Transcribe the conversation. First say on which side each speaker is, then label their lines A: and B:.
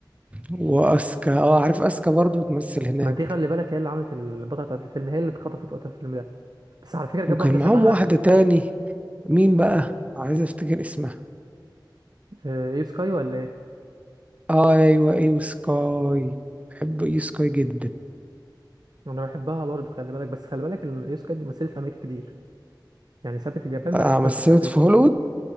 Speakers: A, on the right; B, on the right.
A: واسكا اه عارف اسكا برضو بتمثل هناك
B: ما دي خلي بالك هي اللي عملت البطله بتاعت الفيلم هي اللي اتخطفت وقت الفيلم ده بس على فكره جاب
A: وكان
B: واحده شبهها
A: معاهم واحدة تاني مين بقى عايز افتكر اسمها
B: اه، يو سكاي ولا ايه
A: اه ايوه ايوه سكاي بحب ايو سكاي جدا
B: انا بحبها برضه خلي بالك بس خلي بالك ان اليوسكا دي مثلت في امريكا كتير يعني سابت اليابان
A: آه
B: راحت
A: مثلت
B: تمثل في امريكا
A: في هوليوود